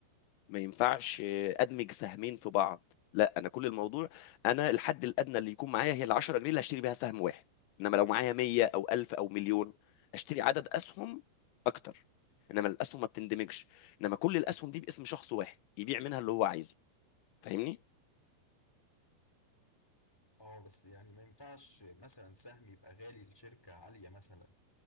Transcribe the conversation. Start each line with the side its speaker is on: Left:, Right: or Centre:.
Left: ما ينفعش ادمج سهمين في بعض لا انا كل الموضوع انا الحد الادنى اللي يكون معايا هي ال 10 جنيه اللي هشتري بيها سهم واحد انما لو معايا 100 او 1000 او مليون اشتري عدد اسهم اكتر انما الاسهم ما بتندمجش انما كل الاسهم دي باسم شخص واحد يبيع منها اللي هو عايزه فاهمني
Centre: اه بس يعني ما ينفعش مثلا سهم يبقى غالي لشركة عالية مثلا